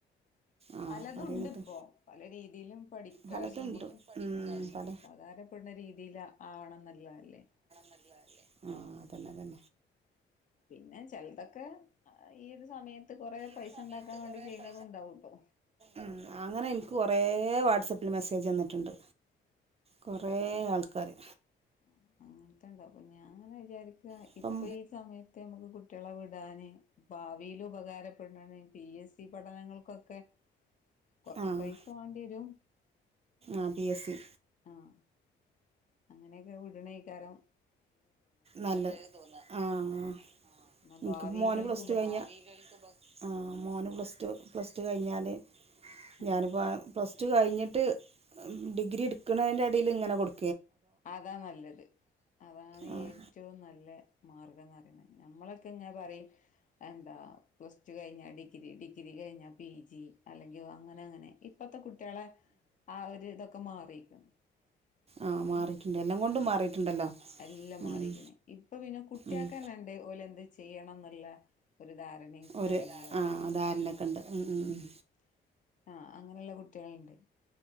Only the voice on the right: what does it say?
ആ
പറയന്നിട്ട്
പലതുണ്ട്
ഉം
പല
<unintelligible> ആഹ് അതന്നെത്തന്നെ
അതന്നെ
ഉം അങ്ങനെ എനിക്ക് കുറേ വാട്സപ്പിൽ മെസ്സേജ് വന്നിട്ടുണ്ട് കൊറേ ആൾക്കാര്
ഇപ്പം
ആഹ്
ആഹ് പി എസ് സി
നല്ലത് ആഹ്
ഇന്ക്
ഇപ്പൊ മോന് പ്ലസ്
ടു കഴിഞ്ഞ് ആഹ് മോന് പ്ലസ് ടു പ്ലസ് ടു കഴിഞ്ഞാല്
ഞാനിപ്പ പ്ലസ് ടു കഴിഞ്ഞിട്ട് ഡിഗ്രി ഇട്ക്ക്നെന്റെടയിൽ ഇങ്ങനെ കൊട്
ആഹ്
ആഹ്
മാറിയിട്ടുണ്ട് എല്ലാം കൊണ്ടും
മാറിയിട്ടുണ്ടല്ലോ
ഉം
ഉം
ഒരു
ആഹ്
ധാരണയൊക്കെ ഉണ്ട് ഉം ഉം
ഉം